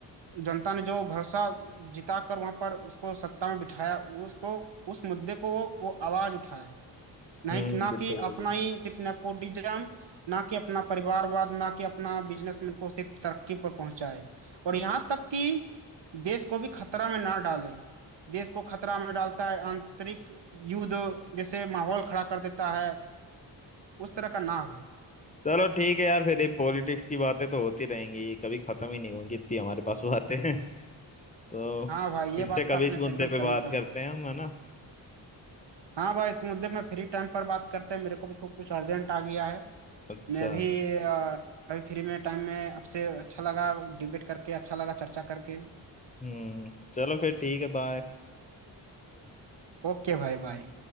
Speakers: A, on the right; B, on the left.
A: जनता ने जो भरोसा जिता कर वहां पर उसको सत्ता में बिठाया उसको उस मुद्दे को वो, वो आवाज उठाए नहीं
B: हम्म,
A: ना
B: बिल्कुल
A: कि
B: भाई
A: अपना
B: बिल्कुल
A: ही सिर्फ नेपोटिज्म ना कि अपना परिवारवाद ना कि अपना बिजनेसमैन को सिर्फ तरक्की पर पहुंचाए और यहाँ तक कि देश को भी खतरा में ना डाले देश को खतरा में डालता है आंतरिक युद्ध जैसे माहौल खड़ा कर देता है उस तरह का ना हो
B: चलो ठीक है यार फिर ये पॉलिटिक्स की बातें तो होती रहेंगी कभी खत्म ही नहीं होंगी इतनी हमारे पास बातें <laughs> हैं तो
A: हाँ भाई
B: फिर
A: ये बात
B: से कभी
A: तो आपने
B: इस
A: से
B: मुद्दे
A: एकदम
B: पे बात
A: सही कहा
B: करते हैं हम है ना
A: हाँ भाई इस मुद्दे में फ्री टाइम पर बात करते हैं मेरे को भी थोड़ा कुछ अर्जेंट आ गया है
B: अच्छा
A: मैं भी अ, कभी फ्री में टाइम में आपसे अच्छा लगा डिबेट करके अच्छा लगा चर्चा करके
B: हम्म चलो फिर ठीक है बाय
A: ओके भाई बाय